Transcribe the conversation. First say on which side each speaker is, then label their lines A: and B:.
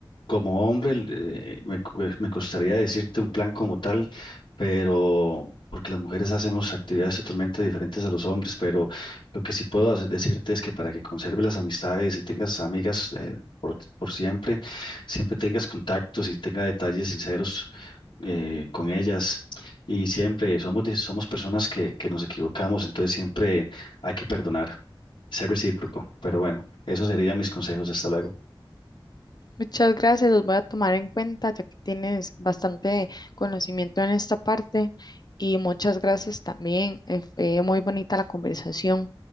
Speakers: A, on the left; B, on the left.
A: como hombre, eh, me, pues, me costaría decirte un plan como tal, pero porque las mujeres hacemos actividades totalmente diferentes a los hombres, pero lo que sí puedo hace- decirte es que para que conserves las amistades y tengas amigas eh, por, por siempre, siempre tengas contactos y tengas detalles sinceros eh, con ellas. Y siempre somos, de- somos personas que, que nos equivocamos, entonces siempre hay que perdonar, ser recíproco. Pero bueno, esos serían mis consejos. Hasta luego.
B: Muchas gracias, los voy a tomar en cuenta ya que tienes bastante conocimiento en esta parte y muchas gracias también. eh, Fue muy bonita la conversación.